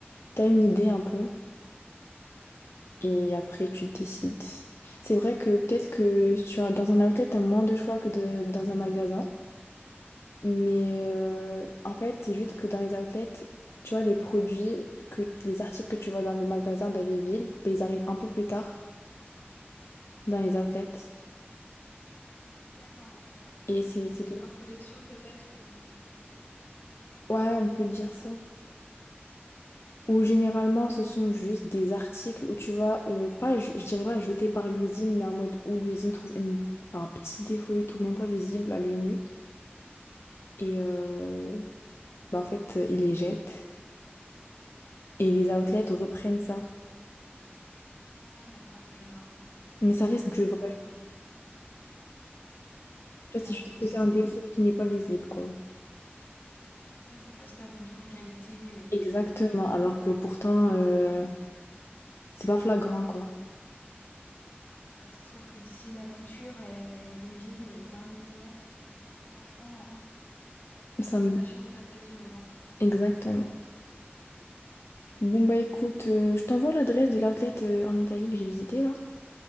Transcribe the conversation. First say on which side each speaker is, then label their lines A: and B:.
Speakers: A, on the left; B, on the left.
A: T'as une idée un peu et après, tu décides. C'est vrai que peut-être que sur, dans un outlet, t'as moins de choix que de- dans un magasin. Mais euh, en fait, c'est juste que dans les outlets, tu vois, les produits, que, les articles que tu vois dans le magasin, dans les villes, ben, ils arrivent un peu plus tard dans les outlets.
B: D'accord, ouais.
A: Et c'est
B: C'est
A: c'est
B: les
A: tout.
B: fins de collection peut-être ou...
A: Ouais, on peut dire ça.
B: Ok.
A: Ou généralement, ce sont juste des articles où tu vois, euh, pas, je, je dirais pas jetés par l'usine, mais en mode où l'usine trouve une, enfin, un petit défaut et tout, même pas visible à l'œil nu. Et euh, ben, en fait, ils les jettent. Et les outlets reprennent ça.
B: Ouais, d'accord, je vois.
A: Mais ça reste
B: Je
A: du
B: vois,
A: vrai.
B: je vois. Oui, oui,
A: Tu vois,
B: bah
A: c'est juste
B: bien
A: que
B: sûr,
A: c'est un
B: ça
A: défaut
B: reste du vrai.
A: qui n'est pas visible, quoi.
B: Ouais, ça passe pas le contrôle qualité euh,
A: Exactement,
B: des usines.
A: alors que pourtant, euh, c'est pas flagrant, quoi.
B: Ouais, c'est sûr que si la couture est dévie euh, d'un millimètre, euh, franchement, <laughs> ça
A: Ça
B: va
A: me-
B: pas changer la face du monde. hein.
A: Exactement. Bon, bah écoute, euh, je t'envoie l'adresse de l'outlet euh, en Italie que j'ai visité, là.